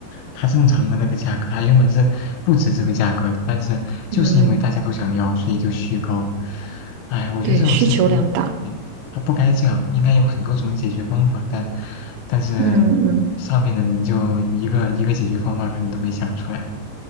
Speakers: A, on the left (about 80°); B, on the right (about 85°).
A: 它正常的那个价格，它原本是不止这个价格的，但是就是因为大家都想要，
B: 嗯，
A: 所以就虚高。哎，我觉得这种事情，
B: 对，需求量大。
A: 嗯他不该这样，应该有很多种解决方法，但但是
B: 嗯嗯。
A: 上面的人就一个一个解决方法可能都没想出来。